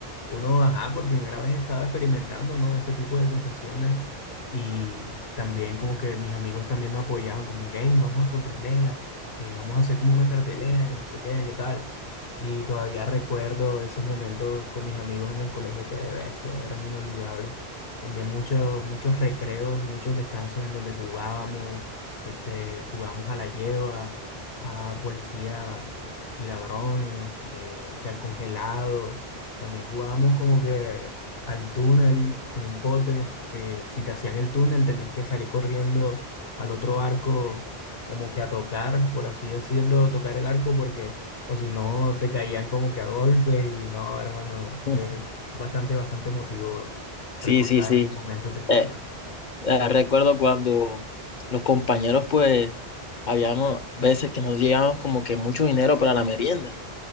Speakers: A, on the left (about 70°); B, on the left (about 50°).
A: uno, ajá, por primera vez estaba experimentando, ¿no? Ese tipo de sensaciones y también como que mis amigos también me apoyaban como que, "Ey, vamos a sorprenderla, eh, vamos a hacer como una cartelera, que no sé qué, qué tal. Y todavía recuerdo esos momentos con mis amigos en el colegio que de bestia, eran inolvidables. También muchos, muchos recreos, muchos descansos en donde jugábamos, este, jugamos a la lleva, a policías y ladrones, eh, que al congelado. También jugábamos como que al túnel con un pote, que si te hacían el túnel tenías que salir corriendo al otro arco como que a tocar, por así decirlo, tocar el arco porque o si no, te caían como que a golpes y no, hermano,
B: <laughs>
A: eh, bastante, bastante emotivo
B: Sí,
A: recordar
B: sí, sí.
A: esos momentos de escuela.
B: Eh, eh, recuerdo cuando los compañeros, pues, habíamos veces que nos llegábamos como que mucho dinero para la merienda,